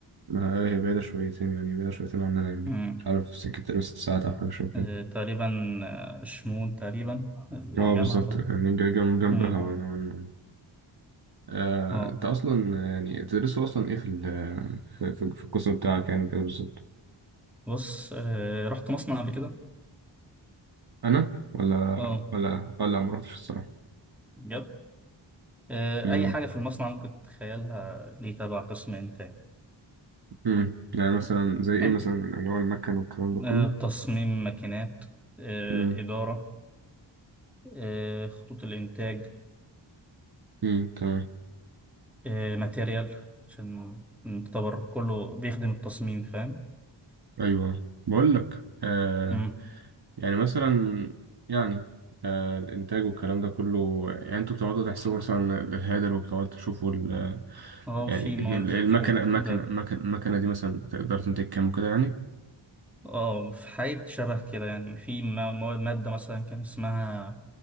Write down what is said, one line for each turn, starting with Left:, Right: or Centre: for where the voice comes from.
Right: لا، هي بعيدة شويتين يعني بعيدة شويتين عننا يعني
Centre: مم.
Right: مش عارف سكة ست ساعات أو حاجة شوية كده
Centre: آه، تقريبا آه، شمون تقريبا الجامعة
Right: اه بالظبط
Centre: ده
Right: يعني جا- جنب جنبها
Centre: مم.
Right: نوعا ما آه،
Centre: أه
Right: انت اصلا يعني تدرسوا اصلا ايه في ال في في في القسم بتاعك يعني كده بالظبط
Centre: بص آه رحت مصنع قبل كده
Right: انا ولا
Centre: اه
Right: ولا ولا ما رحتش الصراحه
Centre: بجد آه
Right: امم
Centre: اي حاجه في المصنع ممكن تتخيلها ليه تبع قسم انتاج
Right: امم يعني مثلا زي ايه
Centre: آه
Right: مثلا اللي هو المكن والكلام ده كله
Centre: آه، تصميم ماكينات آه
Right: امم
Centre: اداره آه خطوط الانتاج
Right: امم تمام
Centre: آه ماتيريال عشان نعتبر كله بيخدم التصميم فاهم
Right: ايوه بقول لك آه
Centre: مم.
Right: يعني مثلا يعني آه الانتاج والكلام ده كله يعني انتوا بتقعدوا تحسبوا مثلا الهيدر وبتقعدوا تشوفوا ال-
Centre: اه
Right: يعني
Centre: في مواد زي
Right: المكنه
Centre: كده
Right: المكنه
Centre: ده
Right: المكنه المكنه دي مثلا تقدر تنتج كام وكده يعني
Centre: اه في حاجة شبه كده يعني في ما- مواد- مادة مثلا كان اسمها